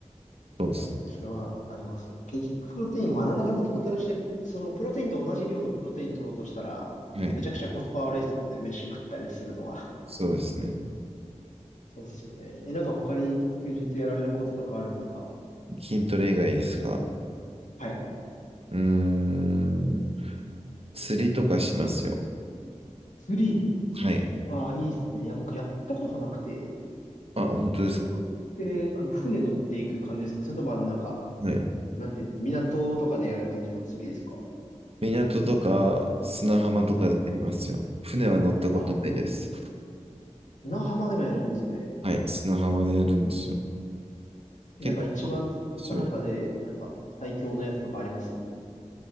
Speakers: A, on the right (about 55°); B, on the left (about 85°).
A: うですね。
B: 確かにそれはありますね。結局プロテインはなんだかんだトータルして、そのプロテインと同じ量のプロテイン取ろうとしたら、
A: はい。
B: めちゃくちゃコスパ悪いですもんね。飯食ったりするのは。
A: そうですね。
B: そうっすよね。え、なんか他に休日やられることとかあるんですか
A: 筋トレ以外ですか。
B: はい。
A: うーん。釣りとかしますよ。
B: 釣り。
A: はい。
B: わあ、いいっすね。いや、僕やったことなくて、
A: あ、本当ですか。
B: それって、あの、船乗っていく感じですかそれともあの、なんか、
A: はい。
B: なんていうんですか、港とかでやる感じの釣りですか
A: 港とか砂浜とかでやりますよ。
B: はい。
A: 船は乗ったことないです。
B: あ、砂浜でもやるんですね。
A: はい。砂浜でやるんですよ。
B: え、
A: 結構楽しいですよ。
B: なんか一番釣った中で、なんか最強のやつとかあります